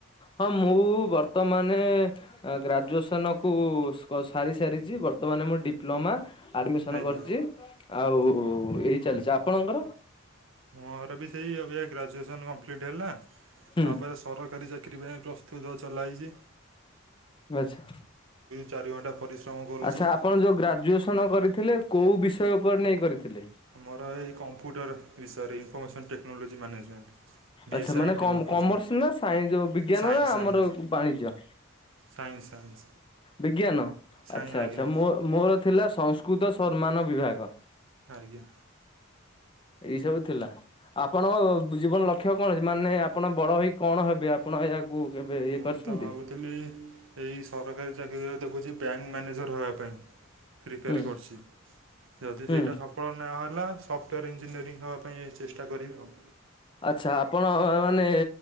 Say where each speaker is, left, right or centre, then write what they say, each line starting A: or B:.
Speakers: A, on the left (about 25°); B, on the right (about 70°).
A: ହଁ ମୁଁ ବର୍ତ୍ତମାନେ ଆ ଗ୍ରାଜୁଏସନକୁ ସ୍କ ସାରି ସାରିଚି ବର୍ତ୍ତମାନେ ମୁଁ ଡିପ୍ଲୋମା ଆଡମିସନ
B: ଆଜ୍ଞା
A: କରିଚି ଆଉ ଏହି ଚାଲିଚି ଆପଣଙ୍କର।
B: ମୋର ବି ସେଇ ଅବିକା ଗ୍ରାଜୁଏସନ୍ କମ୍ପ୍ଲିଟ୍ ହେଲା
A: ହୁଁ
B: ତାପରେ ସରକାରୀ ଚାକିରି ପାଇଁ ପ୍ରସ୍ତୁତ ଚଲାଇଚି।
A: ବାଛା
B: ଚାରି ଘଣ୍ଟା ପରିଶ୍ରମ କରୁଛି।
A: ଆଚ୍ଛା ଆପଣ ଯୋଉ ଗ୍ରାଜୁଏସନ କରି ଥିଲେ କୋଉ ବିଷୟ ଉପରେ ନେଇ କରିଥିଲେ।
B: ମୋର ଏଇ କମ୍ପୁଟର ବିଷୟରେ ଇନଫର୍ମେସନ୍ ଟେକ୍ନୋଲୋଜି ମ୍ୟାନେଜମେଣ୍ଟ। ବି
A: ଆଚ୍ଛା
B: ଏସ୍
A: ମାନେ
B: ଆଇ ଟି
A: କମ୍
B: ମ କହୁଛନ୍ତି
A: କମର୍ସ ନା ସାଇନ୍ ଯୋଉ ବିଜ୍ଞାନ
B: ସାଇନ୍ସ
A: ନା ଆମର
B: ସାଇନ୍ସ
A: ବାଣିଜ୍ୟ।
B: ସାଇନ୍ସ ସାଇନ୍ସ
A: ବିଜ୍ଞାନ
B: ସାଇ
A: ଆଚ୍ଛା
B: ଆଜ୍ଞା
A: ଆଚ୍ଛା ମୋ ମୋର ଥିଲା ସଂସ୍କୁତ ସମ୍ମାନ ବିଭାଗ।
B: ଆଜ୍ଞା।
A: ଏଇ ସବୁ ଥିଲା। ଆପଣଙ୍କ ଜୀ ଜୀବନ ଲକ୍ଷ୍ୟ କଣ ଅଛି ମାନେ ଆପଣ ବଡ ହେଇ କଣ ହେବେ ଆପଣ ଏହାକୁ କେବେ ଇଏ
B: ମୁଁ
A: କରିଛନ୍ତି
B: ତ ଭାବୁଥିଲି ଏଇ ସରକାରୀ ଚାକିରିରେ ଦେଖୁଛି ବ୍ୟାଙ୍କ୍ ମ୍ୟାନେଜର୍ ରହିବା ପାଇଁ ପ୍ରିପେୟାର୍
A: ହୁଁ
B: କରୁଛି। ଯଦି
A: ହୁଁ
B: ସେଇଟା ସଫଳ ନ ହେଲା ସଫ୍ଟୱେୟାର୍ ଇଞ୍ଜିନିୟରିଂ ହବା ପାଇଁ ଏ ଚେଷ୍ଟା କରିବି ଆଉ।
A: ଆଚ୍ଛା ଆପଣ ମାନେ